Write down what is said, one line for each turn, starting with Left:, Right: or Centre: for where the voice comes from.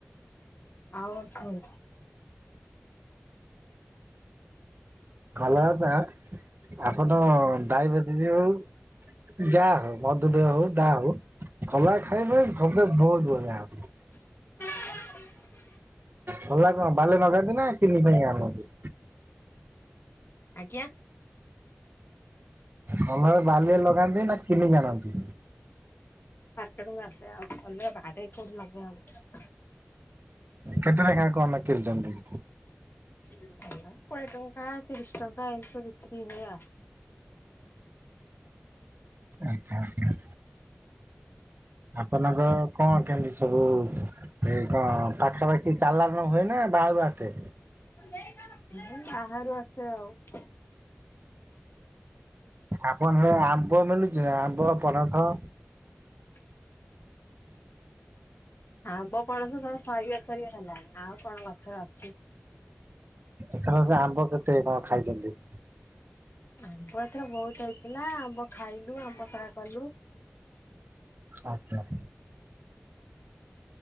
Left: ଆଉଁ ଅଛୁଁ?
Right: କଲରାଟା ଆପଟ ଡାଇବେଟିସ ହଉ ଯା ହଉ ମଧୁମେହ ହଉ ଯାହା ହଉ କଲରା ଖାଇବେ ମୋତେ ବହୁତ୍ ବଢିଆ ହବ ।
Left: <unintelligible>
Right: କଲରା କଣ ବାରିରେ ଲଗାନ୍ତି ନା କିନି ପାଇଁ ଆଣନ୍ତି?
Left: ଆଜ୍ଞା।
Right: କଲରା ବାଲିରେ ଲଗାନ୍ତି ନା କିଣିକି ଆଣନ୍ତି?
Left: ତେଣୁ ଆସେ ଆଉ ଭଲ ବାଡେ କୋଉଠି ଲଗାହୋଉଛି?
Right: କେତେ ନେଖା କମାଇ କିନିଚନ୍ତି?
Left: କୋଡ଼ିଏ ଟଙ୍କା ତିରିଶ ଟଙ୍କା ଏମିତି ସବୁ ବିକ୍ରି ହୁଏ ଆ
Right: ଆଚ୍ଛା ଆଚ୍ଛା। ଆପଣଙ୍କ କଣ କେମିତି ସବୁ ଏ-କଣ ପାଖାପାଖି ଚାଲା ଣ ହୁଏ ନା ବାହରୁ ଆସେ?
Left: ଏଇ ବାହାରୁ ଆସେ ଆଉ।
Right: ଆପଣ ହିୟାଡେ ଆମ୍ବ ମିଳୁଚି ନା ଆମ୍ବ, ପଣସ?
Left: ହ <unintelligible> ଆମ୍ବ, ପଣସ ସବୁ ସରିବ ସରିବ ହେଲାଣି। ଆଉ କଣ ଗଛରେ ଅଛି?
Right: ଏଥର ରେ ଆମ୍ବ କେତେ କଣ ଖାଇଚନ୍ତି?
Left: ଆମ୍ବ ଏଥର ବହୁତ ହେଇଥିଲା। ଆମ୍ବ ଖାଇଲୁ, ଆମ୍ବସରା କଲୁ।
Right: ଆଚ୍ଛା।